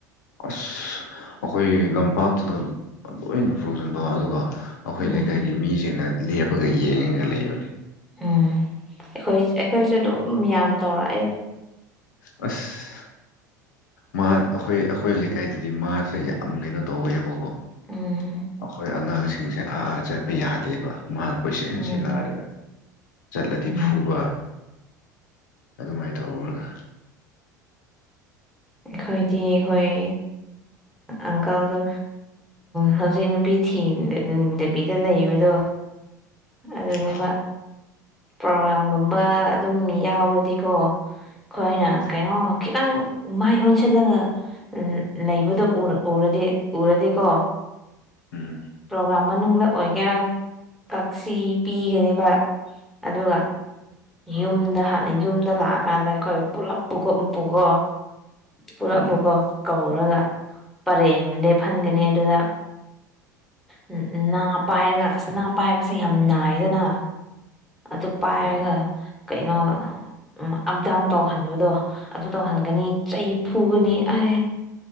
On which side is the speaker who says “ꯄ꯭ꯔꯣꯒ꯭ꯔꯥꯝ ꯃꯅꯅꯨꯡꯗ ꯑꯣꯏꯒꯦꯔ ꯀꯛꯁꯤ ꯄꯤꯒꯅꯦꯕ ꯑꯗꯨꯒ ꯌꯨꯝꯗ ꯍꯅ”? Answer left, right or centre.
Centre